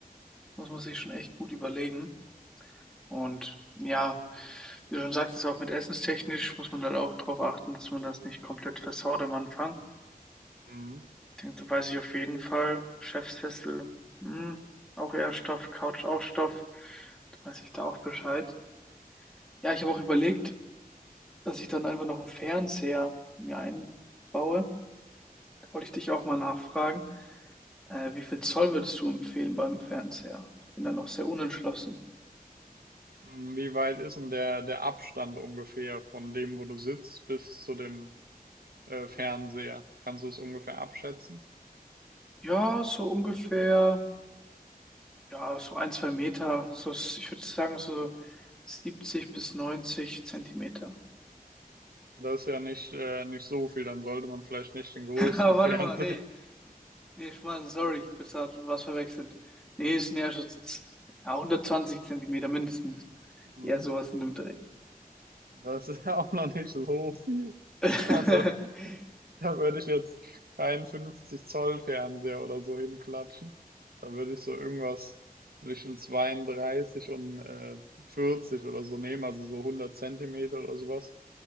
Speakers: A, in the centre; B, on the right.
A: Muss man sich schon echt gut überlegen. Und ja, wie du schon sagtest, auch mit essenstechnisch muss man halt auch darauf achten, dass man das nicht komplett versaut am Anfang.
B: Mhm.
A: Ich denke, da weiß ich auf jeden Fall. Chefsessel, hm, auch eher Stoff, Couch auch Stoff. Da weiß ich da auch Bescheid. Ja, ich habe auch überlegt, dass ich dann einfach noch einen Fernseher mir einbaue. Da wollte ich dich auch mal nachfragen, äh, wie viel Zoll würdest du empfehlen beim Fernseher? Ich bin da noch sehr unentschlossen.
B: Mm, Wie weit ist denn der, der Abstand ungefähr von dem, wo du sitzt, bis zu dem äh, Fernseher? Kannst du es ungefähr abschätzen?
A: Ja, so ungefähr, ja, so ein, zwei Meter, so, s- ich würde sagen so 70 bis 90 Zentimeter. <laughs>
B: Das ist ja nicht, äh, nicht so viel, dann sollte man vielleicht nicht den größten
A: Ah, Warte
B: <laughs> Fernseher.
A: mal, nee, nee, Schmarrn, sorry, ich habe jetzt grad was verwechselt. Nee, es sind eher schon z- ja, 120 Zentimeter mindestens.
B: Mhm.
A: Eher sowas in dem Dreh.
B: Das ist <laughs> ja auch noch nicht so viel.
A: <laughs>
B: Also, da würde ich jetzt keinen 50 Zoll Fernseher oder so hinklatschen. Da würde ich so irgendwas zwischen 32 und äh, 40 oder so nehmen, also so 100 Zentimeter oder sowas.